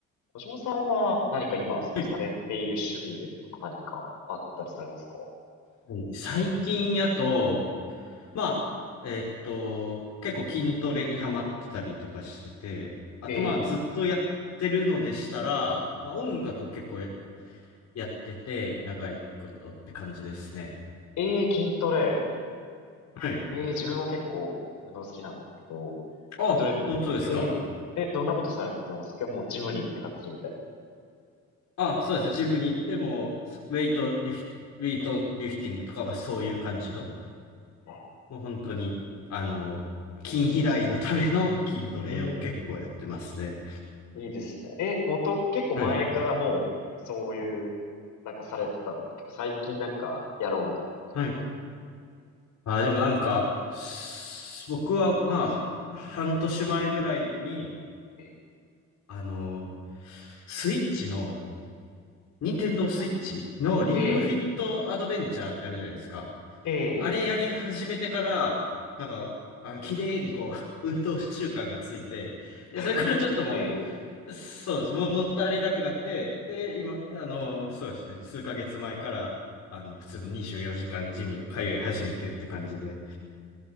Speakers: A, on the left (about 80°); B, on the left (about 60°).
A: 小島さんは何か今すごいされている趣味ですとか何かあったりされますか
B: はい。はい最近やと、まあ、えーっと、結構筋トレにハマってたりとかしてて、あとまあずっとやってるのでしたら、
A: ええ。
B: まあ音楽結構ややってて、長いことって感じですね。
A: ええ、ええ筋トレ。
B: はい。
A: ええ、自分も結構運動好きなんですけど、
B: あ、
A: 筋トレ、
B: 本当ですか。
A: ええ、え、どんなことされてますかもうジムに行ってがっつりみたいな。
B: あ、そうですねジムに行っても、そウェイトリフ、ウェイトリフティングとかはそういう感じの、
A: ね
B: もう本当に、あの、筋肥大のための筋トレを結構やってますね。
A: うーん、いいですね。え、元、結構前からもう、
B: はい。
A: そういう、なんかされてたのか。結構最近なんかやろうみたいな感じで言うと。
B: はいああ、でもなんか、す僕はまあ、半年前ぐらいに、
A: ええ。
B: あのースイッチの、任天堂スイッチのリングフィットアドベンチャーってあるじゃないですか。
A: ああ、ええ、え
B: あれやり始めてから、
A: え、
B: なんか、あの、綺麗にこう、<laughs> 運動習慣がついて、で、それからちょっとも
A: いいで、え
B: う、そうです、物足りなくなって、で、
A: え。
B: 今、あのーそうですね、数ヶ月前から、あの、普通の24時間ジム通い始めてって感じで、